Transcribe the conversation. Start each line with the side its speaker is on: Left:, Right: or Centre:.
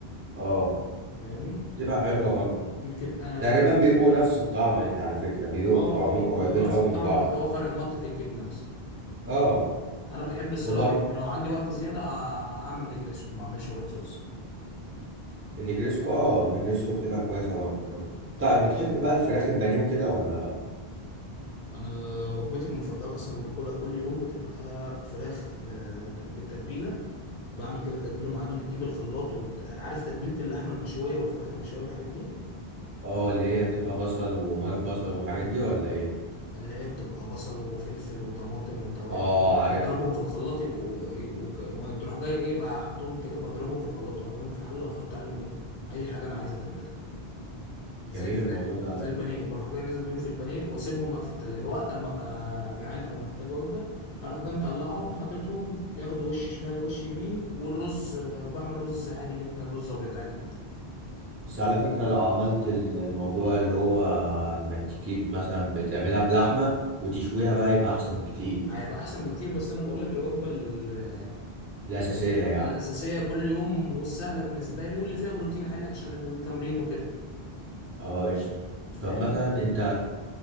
Right: اه
Left: فاهمني
Right: تبقى حلوة برضو
Left: دي بتبقى
Right: تقريبا
Left: لذيذة
Right: بيبقوا
Left: جدا
Right: نفس الطعم على فكرة بيبقوا
Left: اه
Right: طعمهم
Left: اه
Right: قريبين
Left: بيبقوا نفس
Right: قوي
Left: الطعم
Right: من بعض
Left: بس هو فرق مطة الجبنة بس
Right: اه
Left: انا بحب الصراحة
Right: وبرضه
Left: ان لو عندي وقت زيادة ه- هعمل نجريسكو ما اعملش وايت صوص
Right: النجريسكو اه النجريسكو بتبقى كويسة برضه
Left: او
Right: طيب
Left: بتحس
Right: بتحب
Left: ان
Right: بقى الفراخ البانيه وكده ولا لا
Left: انا وجبتي المفضلة اصلا اللي باكلها كل يوم بتبقى فراخ آه، بالتتبيلة بعمل كده تتبيلة معينة بتجيب الخلاط وعارف تتبيلة اللحمة المشوية والفراخ المشوية والحاجات دي
Right: اه اللي هي بتبقى بصل ومية بصل والحاجات دي ولا ايه
Left: اللي هي بتبقى بصل وفلفل وطماطم وتوابل
Right: اه
Left: بتضربهم
Right: عارف
Left: في الخلاط يبقوا يبقوا ك- ما تروح جاي ايه بقى احطهم كده بضربهم في الخلاط واعملهم في حله واحط عليهم ايه اي حاجه انا عايز اتبلها زي
Right: جميل
Left: الفراخ
Right: الموضوع ده
Left: زي
Right: على
Left: البانيه
Right: فكرة
Left: بروح جاي نازل بيهم في البانيه واسيبهم بقى في التلاجة وقت اما ابقى جعان او محتاج وجبه اروح جاي مطلعهم حاططهم ياخدوا وش شمال وش يمين والرز آه، بعمل رز عادي جدا رز ابيض عادي جدا
Right: بس على فكرة لو عملت ال- الموضوع اللي هو انك تجيب مثلا بتعملها بلحمة وتشويها بقى يبقى احسن بكتير
Left: هيبقى احسن بكتير بس انا بقول لك الوجبه اللي
Right: الاساسية
Left: هو
Right: يعني
Left: الأساسية كل يوم والسهلة بالنسبة لي واللي فيها بروتين عالي عشان التمرين وكده
Right: اه قشطة
Left: فاهمني؟
Right: طب مثلا انت